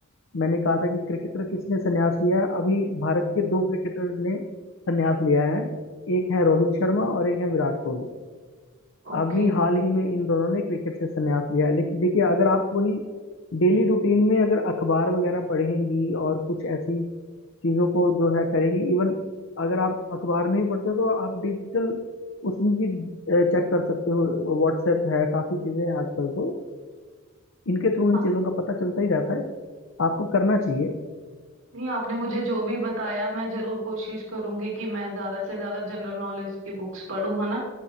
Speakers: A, on the left (about 75°); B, on the right (about 80°).
A: मैंने कहा था कि क्रिकेटर किसने संन्यास लिया है अभी भारत के दो क्रिकेटर ने संन्यास लिया है एक है रोहित शर्मा और एक है विराट कोहली
B: ओके
A: अभी हाल ही में इन दोनों ने क्रिकेट से संन्यास लिया है लेकिन देखिए अगर आप वही डेली रूटीन में अगर अखबार वगैरह पढ़ेंगी और कुछ ऐसी चीजों को जो है करेंगी इवन अगर आप अखबार नहीं पढ़ते तो आप डिजिटल उसमें भी चेक कर सकते हो व्हाट्सएप है काफी चीजें हैं आजकल तो इनके थ्रू इन
B: हाँ
A: चीजों का पता चलता ही रहता है आपको करना चाहिए
B: नहीं आपने मुझे जो भी बताया मैं जरूर कोशिश करूंगी कि मैं ज्यादा से ज्यादा जनरल नॉलेज की बुक्स पढूं है ना